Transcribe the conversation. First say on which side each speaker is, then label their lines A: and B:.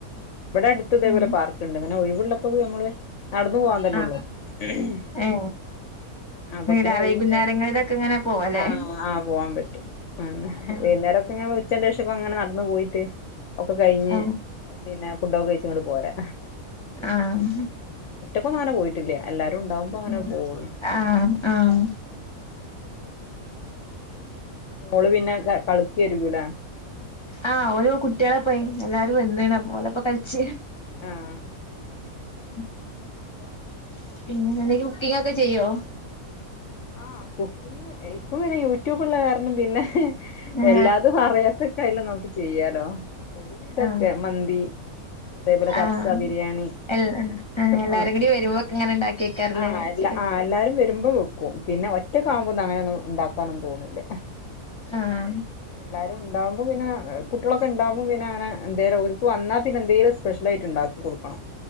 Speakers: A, on the left; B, on the left.
A: അടുത്ത് തെ
B: ഉം
A: പാർക്ക്‌ ഇണ്ട് ന്നെ ഒഴിവുള്ളപ്പോ നമ്മള് നടന്ന് പോവാൻ തന്നേ
B: ആ
A: ഒള്ളു. <unintelligible>
B: ഏ രാ വൈകുന്നേരങ്ങളിലൊക്കെ ഇങ്ങനെ പോവല്ലേ
A: ആഹ് ആഹ് പോവാൻ പറ്റും. ഹ്മ്മ്
B: ആ
A: വൈകുന്നേരം ഒക്കെ ഉച്ചന്റെഷം ഇങ്ങനെ നടന്നു പോയിട്ട് ഒക്കെ കഴിഞ്ഞ്.
B: ആ
A: പിന്നെ ഫുഡൊക്കെ കഴിച്ച് ഇങ്ങട് പോരാ
B: ആഹ്
A: റ്റങ്ങനെ പോയിട്ടില്ല. എല്ലാരും ഉണ്ടാവുമ്പോ
B: ഹ്മ്മ്,
A: അങ്ങനെ പോവുള്ളൂ
B: ആഹ് ആഹ്
A: മോള് പിന്നെ ക കളിക്ക് വരൂല.
B: ആ ഓരോ കുട്ടികളെപ്പെ എല്ലാരും എന്തെയ്യണ് അപ്പം ഓലപ്പം കളിച്ച്
A: ആഹ്
B: <inaudible> പിന്നെ, കുക്കിംഗ് ഒക്കെ ചെയ്യോ
A: ആഹ് കുക്കിംഗ്‌ ഇപ്പോ അങ്ങനെ യൂട്യൂബ്ള്ള കാരണം പിന്നെ
B: ആ
A: എല്ലാതും അറിയാത്തക്കെ അതില് നോ ചെയ്യാലോ ഒരു വിധക്കെ
B: ആ
A: മന്തി, അതേപോലെ കാപ്സാ
B: ആ
A: ബിരിയാണി,
B: എൽ എല്ലാരും
A: ആഹ്,
B: കൂടി വരുമ്പോക്കെ ഇങ്ങനെ ഇണ്ടാക്കിയേക്കാറല്ലേ
A: ആഹ്
B: ഇച്ചിരി
A: ആഹ് എല്ലാരും വരുമ്പോ വെക്കും. ഒറ്റക്ക് ആവുമ്പോ അങ്ങനെ ഒന്നും ഉണ്ടാകാനോന്നും തോന്നൂല്ല.
B: ആഹ്
A: എല്ലാരും ഇണ്ടാവുമ്പോ പിന്നെ ഏഹ് കുട്ടികളൊക്കെ ഇണ്ടോ പിന്നെന്തിനാണ് ഇവിടേക്ക് വന്നാ പിന്നെ എന്തേലും സ്പെഷ്യൽ ഐറ്റം ഇണ്ടാക്കി കൊടുക്കണം.